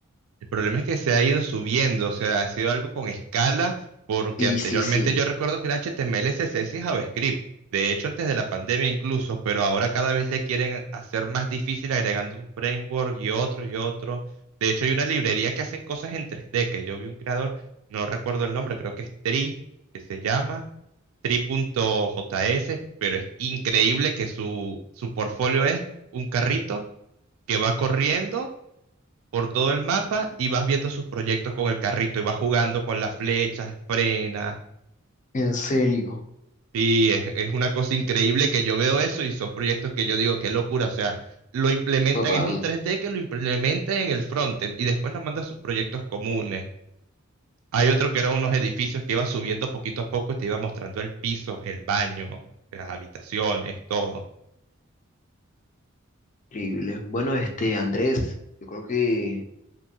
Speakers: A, on the right; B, on the left.
A: El problema es que se ha ido subiendo, o sea, ha sido algo con escala, porque
B: Sí,
A: anteriormente
B: sí, sí,
A: yo recuerdo que era HTML, CSS y JavaScript. De hecho, antes de la pandemia incluso, pero ahora cada vez le quieren hacer más difícil agregando un framework y otro y otro. De hecho, hay una librería que hacen cosas en 3D, que yo vi un creador, no recuerdo el nombre, creo que es Tri, que se llama Tri.js, pero es increíble que su, su portfolio es un carrito que va corriendo por todo el mapa y vas viendo sus proyectos con el carrito y vas jugando con las flechas, frenas.
B: en serio.
A: Y es, es una cosa increíble que yo veo eso y son proyectos que yo digo, qué locura. O sea, lo implementan,
B: Total,
A: es un 3D que lo implementa en el frontend y después lo manda a sus proyectos comunes. Hay otro que eran unos edificios que iba subiendo poquito a poco y te iba mostrando el piso, el baño, las habitaciones, todo.
B: increíble. Bueno, este, Andrés, yo creo que